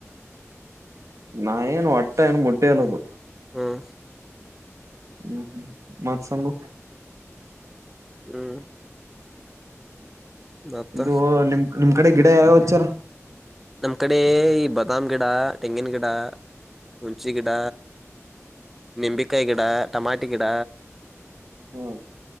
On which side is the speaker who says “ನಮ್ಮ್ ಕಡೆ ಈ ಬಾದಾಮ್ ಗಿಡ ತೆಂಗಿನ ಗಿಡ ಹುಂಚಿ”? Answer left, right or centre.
Centre